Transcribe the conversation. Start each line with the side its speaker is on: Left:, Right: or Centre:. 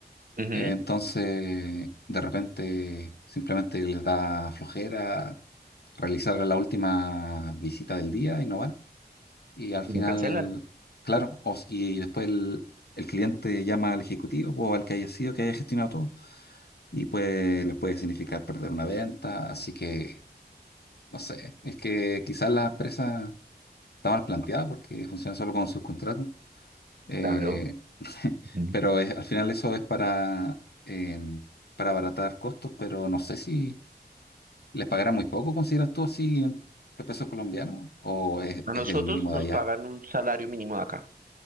Right: ujú,
Left: Eh, Entonces, de repente, simplemente les da flojera realizar la última visita del día y no van. Y al
Right: y
Left: final,
Right: lo cancelan.
Left: claro, o s- y después el, el cliente llama al ejecutivo o al que haya sido, que haya gestionado todo, y pues les puede significar perder una venta. Así que, no sé, es que quizás la empresa está mal planteada porque funciona solo con subcontratos. eh,
Right: Claro.
Left: <laughs>
Right: ujú.
Left: pero es- al final eso es para, em, para abaratar costos, pero no sé si les pagarán muy poco, ¿consideras tú así en pesos colombianos? ¿O es,
Right: A nosotros
Left: es el mínimo
Right: nos
Left: de allá?
Right: pagan un salario mínimo de acá.